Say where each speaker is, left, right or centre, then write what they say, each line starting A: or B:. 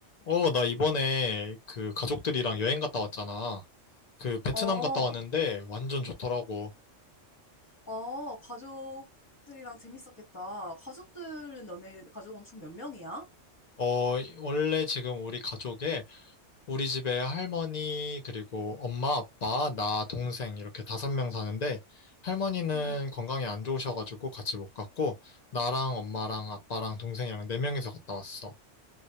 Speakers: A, on the left; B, on the left.
A: 어, 나 이번에 그 가족들이랑 여행 갔다 왔잖아. 그 베트남
B: 어,
A: 갔다 왔는데 완전 좋더라고.
B: 어, 가족들이랑 재밌었겠다. 가족들은 너네 가족은 총 몇 명이야?
A: 어, 이- 원래 지금 우리 가족에 우리 집에 할머니, 그리고 엄마, 아빠, 나, 동생 이렇게 다섯 명 사는데 할머니는
B: 응.
A: 건강이 안 좋으셔가지고 같이 못 갔고 나랑 엄마랑 아빠랑 동생이랑 네 명이서 갔다 왔어.